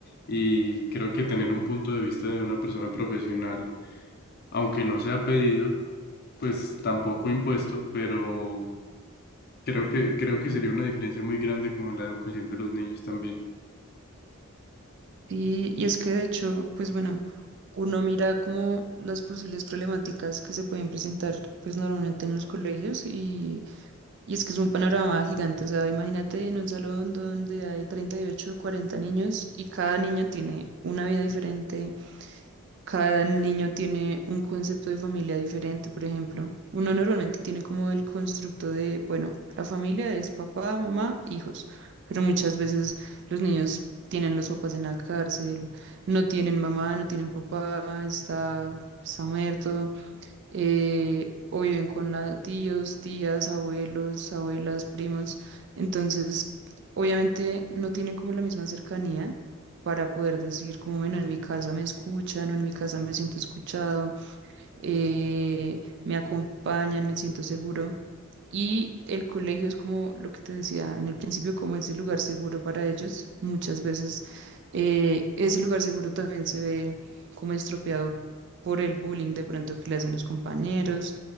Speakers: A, on the left; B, on the right.
A: y creo que tener un punto de vista de una persona profesional, aunque no sea pedido, pues tampoco impuesto, pero creo que, creo que sería una diferencia muy grande como en la educación de los niños también.
B: Y, y es que de hecho, pues bueno, uno mira como las posibles problemáticas que se pueden presentar, pues normalmente en los colegios y, y es que es un panorama gigante. O sea, imagínate en un salón donde hay 38 o 40 niños y cada niño tiene una vida diferente, Cada niño tiene un concepto de familia diferente, por ejemplo. Uno normalmente tiene como el constructo de, bueno, la familia es papá, mamá, hijos, pero muchas veces los niños tienen los papás en la cárcel, no tienen mamá, no tienen papá, está, está muerto eh, o viven con a- tíos, tías, abuelos, abuelas, primos. Entonces, obviamente no tienen como la misma cercanía para poder decir como, bueno, en mi casa me escuchan o en mi casa me siento escuchado eh, me acompañan, me siento seguro. Y el colegio es como lo que te decía en el principio, como ese lugar seguro para ellos. Muchas veces eh, ese lugar seguro también se ve como estropeado por el bullying de pronto que le hacen los compañeros